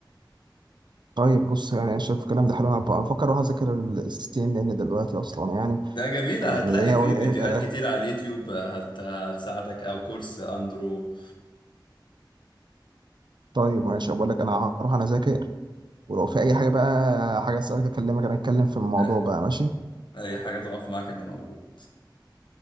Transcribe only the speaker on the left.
ده جميلة
هتلاقي فيه فيديوهات كتير
على اليوتيوب آه، هت- هتساعدك او كورس اندرو
آه،
اي حاجة تقف معاك انا موجود